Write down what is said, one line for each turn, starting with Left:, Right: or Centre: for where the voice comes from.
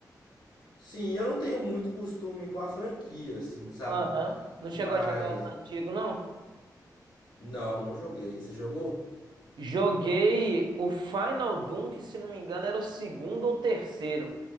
Left: Sim, eu não tenho muito costume com a franquia, assim, sabe?
Right: Aham. Não
Left: Mas,
Right: chegou a jogar os antigos, não?
Left: não, não joguei. Você jogou?
Right: Joguei o Final Doom, que se não me engano era o segundo ou terceiro,